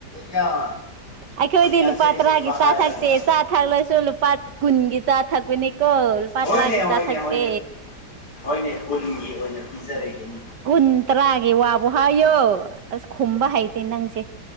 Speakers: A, on the left (about 70°); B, on the right (about 80°).
A: ꯑꯌꯥ
B: ꯑꯩꯈꯣꯏꯗꯤ
A: ꯃꯤ ꯑꯁꯦꯡ
B: ꯂꯨꯄꯥ
A: ꯑꯁꯦꯡꯕ
B: ꯇꯔꯥꯒꯤ ꯆꯥ
A: ꯍꯥꯏꯔꯒꯥ
B: ꯊꯛꯇꯦ ꯆꯥ ꯊꯛꯂꯁꯨ ꯂꯨꯄꯥ ꯀꯨꯟꯒꯤ ꯆꯥ ꯊꯛꯄꯥꯅꯤꯀꯣ ꯂꯨꯄꯥ
A: ꯍꯣꯏꯅꯦ
B: ꯇꯔꯥꯒꯤ
A: ꯍꯣꯏꯅꯦ
B: ꯆꯥ ꯊꯛꯇꯦ
A: ꯍꯣꯏꯅꯦ ꯍꯣꯏꯅꯦ ꯀꯨꯟꯒꯤ ꯑꯣꯏꯅ ꯄꯤꯖꯔꯒꯦꯅꯦ
B: ꯀꯨꯟ ꯇꯔꯥꯒꯤ ꯋꯥꯕꯨ ꯍꯥꯏꯌꯣ ꯑꯁ ꯈꯨꯝꯕ ꯍꯩꯇꯦ ꯅꯪꯁꯦ